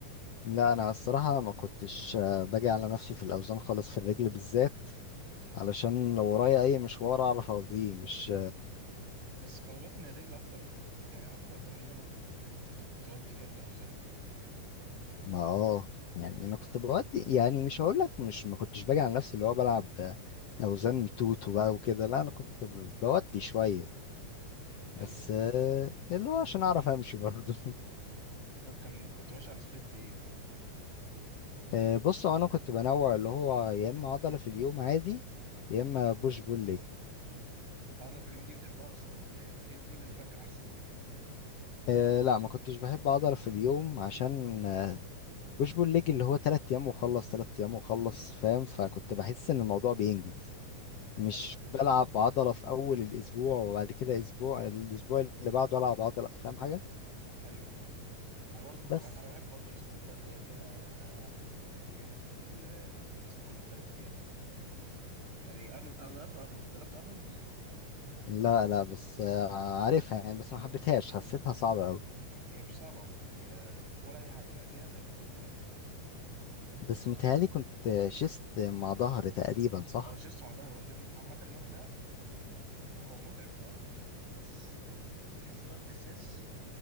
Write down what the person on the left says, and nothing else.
لا انا الصراحه ما كنتش آه، باجي على نفسي في الاوزان خالص في الرجل بالذات علشان لو ورايا اي مشوار اعرف اقضيه مش
ما اه يعني انا كنت بودي يعني مش هقول لك مش ما كنتش باجي على نفسي اللي هو بلعب اوزان توتو بقى وكده لا انا كنت ب- بودي شويه
بس
آه، اللي هو عشان اعرف امشي برضه <laughs>
آه، بص هو انا كنت بنوع اللي هو يا اما عضله في اليوم عادي يا اما بوش بول ليج
أه لا ما كنتش بحب عضله في اليوم عشان آه، بوش بول ليج اللي هو تلات ايام واخلص تلات ايام واخلص فاهم فكنت بحس ان الموضوع بينجز مش
بلعب عضلة في أول الأسبوع وبعد كده أسبوع الأسبوع اللي بعده ألعب عضلة فاهم حاجة؟
بس
لا لا بس آه، عارفها يعني بس ما حبيتهاش حسيتها صعبة أوي
بس متهيألي كنت شست مع ظهر تقريبا صح؟